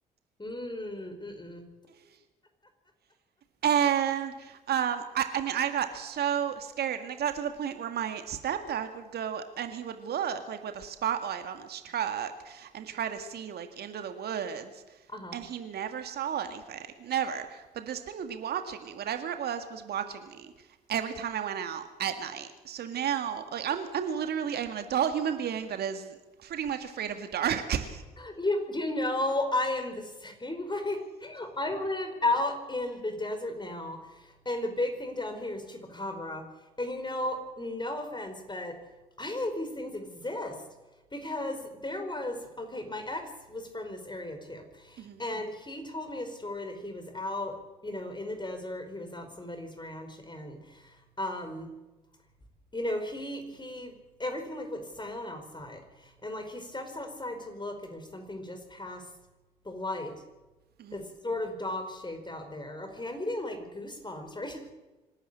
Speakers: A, on the left (about 20°); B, on the right (about 50°).
A: Mm, mm-mm.
B: And um, I, I mean, I got so scared, and it got to the point where my stepdad would go and he would look like with a spotlight on his truck and try to see like into the woods,
A: Uh-huh.
B: and he never saw anything, never. But this thing would be watching me. Whatever it was was watching me every time I went out at night. So now, like, I'm I'm literally I'm an adult human being that is pretty much afraid of the dark. <laughs>
A: You you know, I am the same way. <laughs> I live out in the desert now, and the big thing down here is chupacabra. And you know, no offense, but I think these things exist because there was okay, my ex was from this area too.
B: hmm
A: And he told me a story that he was out, you know, in the desert. He was out somebody's ranch and um you know he he everything like went silent outside and like he steps outside to look and there's something just past the light
B: hmm
A: that's sort of dog shaped out there okay i'm getting like goosebumps right